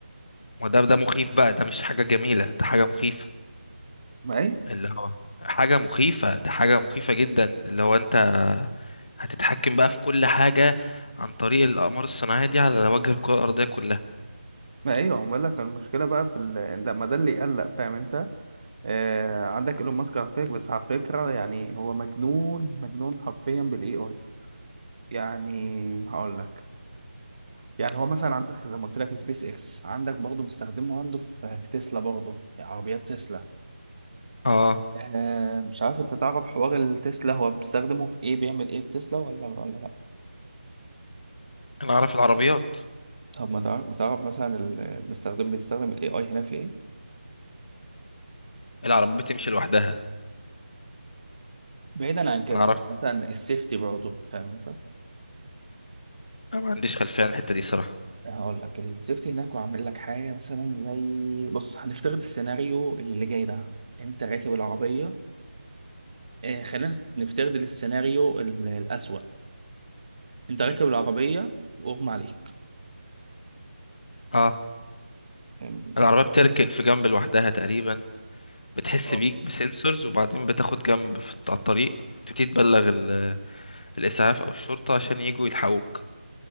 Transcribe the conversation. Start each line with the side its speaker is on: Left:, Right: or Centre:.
Left: وده ده مخيف بقى ده مش حاجه جميله ده حاجه مخيفه
Right: ما ايه
Left: اللي هو حاجه مخيفه ده حاجه مخيفه جدا اللي هو انت هتتحكم بقى في كل حاجه عن طريق الاقمار الصناعيه دي على وجه الكره الارضيه كلها
Right: ما ايوه هو بقول لك المشكله بقى في ال... ده ما ده اللي يقلق فاهم انت آه... عندك ايلون ماسك على فكره بس على فكره يعني هو مجنون مجنون حرفيا بالاي اي يعني هقول لك يعني هو مثلا عندك زي ما قلت لك سبيس اكس عندك برضه مستخدمه عنده في, في تسلا برضه عربيات تسلا
Left: اه
Right: آه مش عارف انت تعرف حوار التسلا هو بيستخدمه في ايه بيعمل ايه في تسلا ولا ولا لا
Left: انا اعرف العربيات
Right: طب ما تعرف, ما تعرف مثلا المستخدم بيستخدم الاي اي هنا في ايه
Left: العربيات بتمشي لوحدها
Right: بعيدا عن كده
Left: انا اعرف
Right: يعني مثلا السيفتي برضه فاهم انت
Left: أنا ما عنديش خلفيه عن الحته دي صراحه
Right: هقول لك السيفتي هناك وعامل لك حاجه مثلا زي بص هنفترض السيناريو اللي جاي ده انت راكب العربيه آه خلينا نس- نفترض السيناريو ال- الاسوأ انت
Left: مم.
Right: راكب العربيه واغمى عليك
Left: اه
Right: آم،
Left: العربية بتركن في جنب لوحدها تقريبا بتحس
Right: اه
Left: بيك بسنسورز وبعدين بتاخد جنب في على الطريق تبتدي تبلغ ال- الإسعاف أو الشرطة عشان يجوا يلحقوك